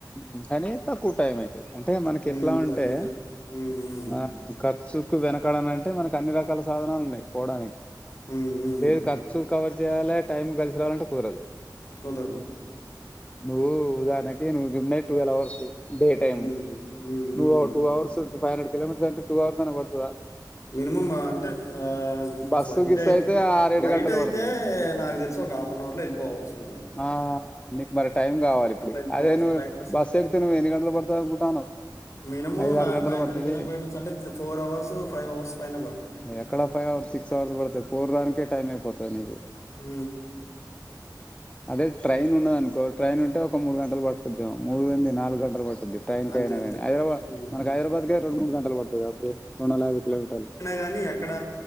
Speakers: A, on the left; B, on the left.
A: మ్ కని తక్కువ టైం అయితది అంటే మనకి
B: హ్మ్.
A: ఎట్లా ఉంటే
B: తక్కువ ట హ్మ్. హ్మ్.
A: ఆ కర్సుకు వెనకడను అంటే మనకి అన్ని రకాల కల సాధనాలు ఉన్నాయి పోవడానికి
B: హ్మ్. హ్మ్.
A: లేదు ఖర్చు కవర్ చేయాలే టైం కలిసి రావాలంటే కుదరదు
B: కుదరుదు
A: నువ్వు ఉదాహరణకి <unintelligible> డే టైమ్
B: హ్మ్. హ్మ్. హ్మ్.
A: నువు Two hours five hundred kilometres అంటే టూ అవర్స్ అన పడతదా
B: మినిమమ్ అంటే ఆ
A: బస్సు
B: ఫ్లైట్
A: గిస్సు
B: <unintelligible>
A: అయితే ఆరేడు
B: ఫ్లైట్
A: గంటలు
B: అయితే
A: పడుతది
B: నాకు తెలిసి ఒక హాఫ్ అన్ అవర్ లో వెళ్ళిపోవచ్చు
A: ఆ నీకు మరి టైం కావాలి ఇప్పుడు
B: ఎళ్ళిపోవచ్చు.
A: అదే నువ్వు
B: ఫ్లైట్ ఫెసి
A: బస్సు ఎక్కితే నువ్వు ఎన్ని గంటలు పడుతాది అనుకుంటానవ్
B: మినిమం
A: ఐదు
B: నా
A: ఆరు గంటలు
B: ఫైవ్ హండ్రెడ్
A: పడుతది
B: కిలోమీటర్స్ అంటే ఫోర్ అవర్స్ ఫైవ్ అవర్స్ పైన పడుటుంది
A: ఎక్కడ ఫైవ్ సిక్స్ అవర్స్ బడుతయి ఫోర్ దాకే టైమ్ అయిపోతుంది నీకు
B: ఉ
A: అదే ట్రైన్ ఉన్నదనుకో ట్రైన్ ఉంటే ఒక మూడు గంటలు పట్ద్దాము మూడు ఎంది నాలుగు గంటలు పదే <unintelligible>
B: అంతే అంతే.
A: హైదరాబాద్న
B: హ్మ్.
A: హైదరాబాద్కే రెండుూడుంటలు పడుందియి అప్పుడు రెండు వందల యాభై కిలోమీటర్లు
B: కానీ అక్కడ